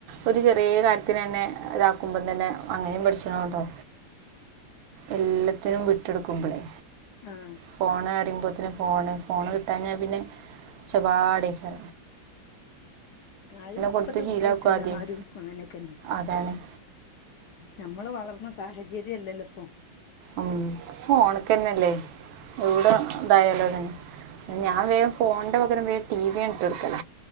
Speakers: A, on the right; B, on the left.
A: ഒരു ചെറിയ കാര്യത്തിന് തന്നെ ഇതാക്കുമ്പം തന്നെ അങ്ങനും പഠിച്ചണോ കേട്ടോ എല്ലാത്തിനും വിട്ടു കൊടുക്കുമ്പോഴേ
B: ആഹ്
A: ഫോണ് കാര്യ അപ്പോത്തന് ഫോണ് ഫോണ് കിട്ടാഞ്ഞഞാൽ പിന്നെ ഉച്ചപാടിക്കാ
B: ആ ഇപ്പത്തെ
A: കൊടുത്ത്
B: കുട്ടികളൊക്കെല്ല
A: ശീലാക്കും ആദ്യം
B: ആരും അങ്ങനെയൊക്കെന്നെ
A: അതാണ്
B: നമ്മള് വളർന്ന സാഹചര്യല്ലല്ലോ ഇപ്പൊ
A: ഉ ഫോണക്കന്നെല്ലേ എവിടെ ഇതായാലോ അല്ലെ ഞാൻ വേഗ ഫോണിന്റെ പകരം വം ടി വി ആണിട്ട് കൊടുക്കല